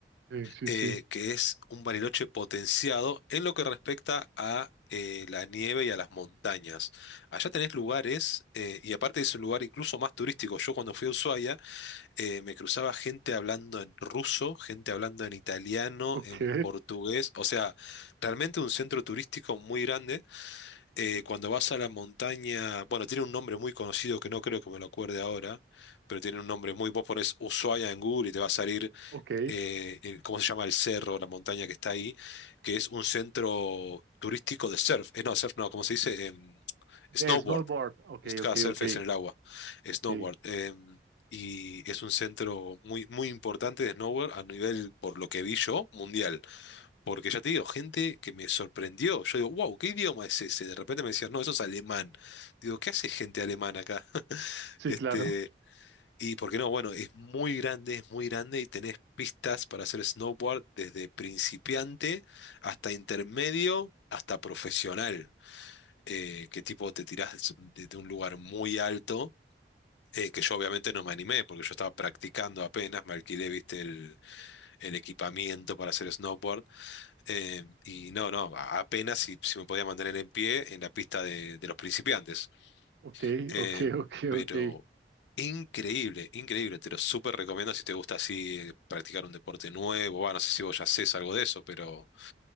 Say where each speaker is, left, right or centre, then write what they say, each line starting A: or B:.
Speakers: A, on the right; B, on the left.
A: sí, sí,
B: eh,
A: sí.
B: que es un Bariloche potenciado en lo que respecta a eh, la nieve y a las montañas. Allá tenés lugares, eh, y aparte es un lugar incluso más turístico. Yo cuando fui a Ushuaia eh, me cruzaba gente hablando en ruso, gente hablando en italiano,
A: Ok,
B: en
A: <laughs>
B: portugués, o sea, realmente un centro turístico muy grande. Eh, cuando vas a la montaña, bueno, tiene un nombre muy conocido que no creo que me lo acuerde ahora, pero tiene un nombre muy, vos pones Ushuaia en Google y te va a salir
A: ok.
B: eh, el- ¿cómo se llama el cerro, la montaña que está ahí? Que es un centro turístico de surf. Eh, no, surf no, ¿cómo se dice? Em, snowboard.
A: De snowboard, ok,
B: Es- Cada
A: ok,
B: surf
A: ok,
B: es en el agua. Snowboard.
A: ok.
B: em, y es un centro muy, muy importante de snowboard a nivel, por lo que vi yo, mundial. Porque ya te digo, gente que me sorprendió. Yo digo, wow, ¿qué idioma es ese? De repente me decían, no, eso es alemán. Digo, ¿qué hace gente alemana acá? <laughs>
A: Sí,
B: Este,
A: claro.
B: y por qué no, bueno, es muy grande, es muy grande y tenés pistas para hacer snowboard desde principiante hasta intermedio, hasta profesional, eh, que tipo te tirás desde un lugar muy alto, eh, que yo obviamente no me animé porque yo estaba practicando apenas, me alquilé, viste, el, el equipamiento para hacer snowboard, eh, y no, no, a- apenas si, si me podía mantener en pie en la pista de de los principiantes.
A: Ok,
B: Eh,
A: ok, ok,
B: pero
A: ok.
B: increíble, increíble. Te lo súper recomiendo si te gusta así eh, practicar un deporte nuevo. Bueno, no sé si vos ya haces algo de eso, pero